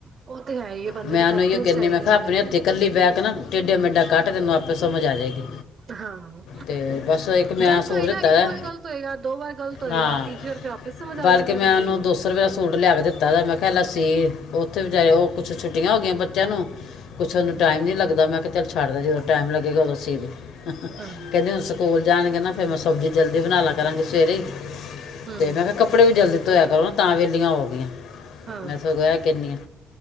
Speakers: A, on the right; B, on the left.
A: ਉਹ ਤੇ ਹੈ ਹੀ ਹੈ ਬੰਦੇ
B: ਮੈਂ
A: ਨੂੰ
B: ਉਹਨੂੰ
A: ਪ੍ਰੈਕਟਿਸ
B: ਇੋ ਕਹਿੰਦੀ
A: ਚਾਹੀਦੀ
B: ਮੈਂ ਕਿਹਾ
A: ਹੁੰਦੀ
B: ਆਪਣੇ ਹੱਥੀ
A: ਹੈ
B: ਇਕੱਲੀ ਬਹਿ ਕੇ ਨਾ ਟੇਡੇ ਮੇਡਾ ਕੱਢ ਤੈਨੂੰ ਆਪਣੇ ਤਾਂ ਸਮਝ ਆ ਜਾਏਗੀ
A: ਹਾਂ
B: ਤੇ ਬਸ ਇੱਕ ਮੈਂ
A: ਗ਼ਲਤ
B: ਸੂਟ
A: ਹੋਏਗਾ
B: ਦਿੱਤਾ
A: ਇੱਕ
B: ਹੈ
A: ਵਾਰ ਗ਼ਲਤ ਹੋਏਗਾ ਦੋ ਵਾਰ ਗ਼ਲਤ ਹੋਏਗਾ
B: ਹਾਂ
A: ਤੀਜੀ ਵਾਰ ਫਿਰ ਆਪਿਸ ਸਮਝ ਆ
B: ਬਲਕਿ
A: ਜਾਂਦੀ ਹੈ
B: ਮੈਂ
A: ਬੰਦੇ
B: ਉਹਨੂੰ
A: ਨੂੰ
B: ਰੁਪਏ ਦਾ ਸੂਟ ਲਿਆ ਕੇ ਦਿੱਤਾ ਦਾ ਮੈਂ ਕਿਹਾ ਲੈ ਸੀ ਉੱਥੇ ਵਿਚਾਰੇ ਉਹ ਕੁਛ ਛੁੱਟੀਆਂ ਹੋ ਗਈਆਂ ਬੱਚਿਆਂ ਨੂੰ ਕੁਛਨੂੰ
A: ਹਮ
B: ਟਾਈਮ
A: ਹਮ
B: ਨੀ ਲੱਗਦਾ ਮੈਂ ਕਹਿੰ ਛੱਡ ਦੇ ਟਾਈਮ ਲੱਗੇਗਾ ਉਦੋਂ ਸੀ ਕਹਿੰਦੇ
A: ਹਾਂ
B: ਹ ਸਕੂਲ ਜਾਣਗੇ ਨਾ ਫੇਿਰ ਮੈਂ ਸਬਜ਼ੀ ਜਲਦੀ ਬਣਾ ਲਾ ਕਰਾਂਗੀ ਸਵੇਰੇ
A: ਹੂੰ,
B: ਤੇ ਮੈਂ ਕਿਹਾ ਕਿਹਾ ਕੱਪੜੇ ਵੀ ਜਲ ਦਿੱਤੇ ਧੋਇਆ ਕਰੋ ਤਾਂ ਵੇਲੀਆਂ ਹੋ ਗਆਂ
A: ਹਾਂ,
B: ਮੈਂ ਸਗੋਂ ਕਿੰਨੀ ਆ